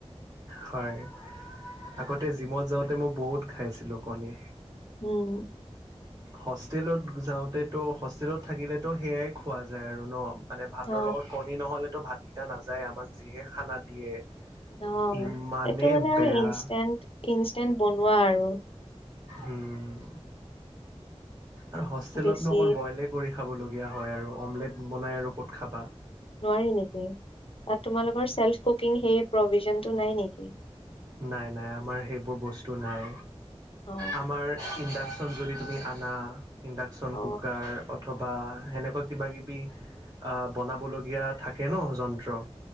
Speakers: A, on the right; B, on the left.
A: হয় আগতে জিমত যাওঁতে মই বহুত খাইছিলো কণী
B: উম
A: হোষ্টেলত যাওঁতেতো হোষ্টেলত থাকিলেতো সেইয়াই খোৱা যায় আৰু ন মানে ভাতৰ
B: অ
A: লগত কণী নহ'লেতো ভাতকেইটা নাযায় আমাক যিহে খানা দিয়ে।
B: অ এইেইটো
A: ইমানেই
B: মানে
A: বেয়া
B: আৰু ইনেণ্ট ইনষ্টেন্ট বনোৱা আৰু
A: উম আৰু হোষ্টেলতনো
B: বেছি
A: অকল বইলে কৰি খাবলগীয়া হয় আৰু অমলেট বনাই আৰু ক'ত খাবা
B: নোৱাৰি নেকি তাত তোমালোকৰ চেলফ কুকিং সেই প্ৰভিজনটো নাই নেকি
A: ন নাই আমাৰ সেইবোৰ বস্তু নাই
B: অ
A: আম উন্দাক <unintelligible> যদি তুমি আনা ইন্দাকচন,
B: অ
A: কুকাৰ অথবা সেনেকুৱা কিবা কিবি আহ বনাবলগীয়া থাকে ন যন্ত্ৰ